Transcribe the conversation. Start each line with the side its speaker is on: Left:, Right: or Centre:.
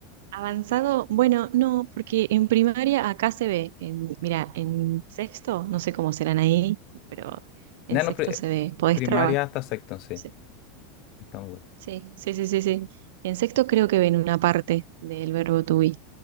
Right: Avanzado, bueno, no, porque en primaria acá se ve, en, mira, en sexto, no sé cómo serán ahí, pero en
Left: Ya
Right: sexto
Left: no, pri-
Right: se ve, podés
Left: primaria
Right: trabajar.
Left: hasta sexto, sí.
Right: Sí,
Left: Estamos bien.
Right: sí, sí, sí, sí. sí. En sexto creo que ven una parte del verbo to be.